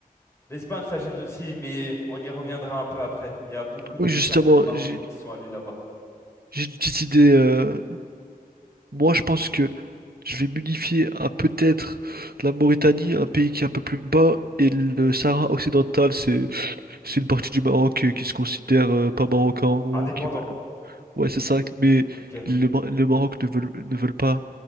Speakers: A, on the left (about 15°); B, on the right (about 80°).
A: L'Espagne, ça gêne aussi, mais on y reviendra un peu après. Il y a beaucoup de
B: Oui, justement,
A: personnes marocaines
B: j'ai
A: qui sont allées là-bas.
B: j'ai une petite idée. euh, Moi, je pense que je vais m'unifier à peut-être la Mauritanie, un pays qui est un peu plus bas, et le Sahara occidental, c'est c'est une partie du Maroc euh, qui se considère euh, pas marocain, en gros,
A: Indépendants,
B: qui veulent- Ouais, c'est ça. Mais
A: ok.
B: le, Ma- le Maroc ne veulent ne veulent pas